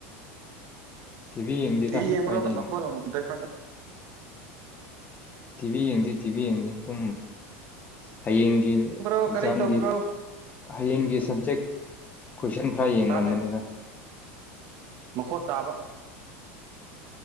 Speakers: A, on the left (about 25°); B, on the right (about 55°).
A: ꯇꯤꯚꯤ ꯌꯦꯡꯗꯦꯗ
B: ꯀꯤ ꯌꯦꯡꯕ꯭ꯔꯣ
A: ꯀꯥꯏꯗꯩꯅꯣ
B: ꯃꯈꯣꯜ <unintelligible>
A: ꯇꯤꯚꯤ ꯌꯦꯡꯗꯦ ꯇꯤꯚꯤ ꯌꯦꯡꯗꯦ ꯑꯗꯨꯝ ꯍꯌꯦꯡ ꯒꯤ
B: ꯕ꯭ꯔꯣ ꯀꯔꯤ
A: ꯑꯦꯛꯖꯥꯝꯒꯤ
B: ꯇꯧꯕ꯭ꯔꯣ
A: ꯍꯌꯦꯡꯒꯤ ꯁꯕꯖꯦꯛ ꯀꯣꯏꯁꯟ ꯈꯔ ꯌꯦꯡꯉꯝ
B: ꯇꯥꯗꯦ
A: ꯕꯅꯤꯗ
B: ꯃꯈꯣꯠ ꯇꯥꯕ